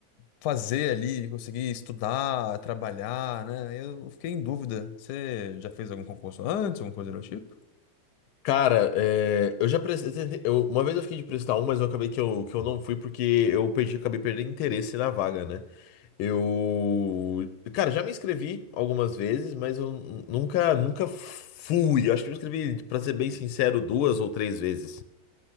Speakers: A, on the left; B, on the left.
A: fazer ali, conseguir estudar, trabalhar, né? Eu fiquei em dúvida. Você já fez algum concurso antes, alguma coisa do tipo?
B: Cara, é, eu já prestei, tentei- eu- uma vez eu fiquei de prestar um, mas eu acabei que eu, que eu não fui porque eu perdi, acabei perdendo interesse na vaga, né? Eu, cara, já me inscrevi algumas vezes, mas eu n- nunca, nunca fui. Eu acho que me inscrevi, pra ser bem sincero, duas ou três vezes.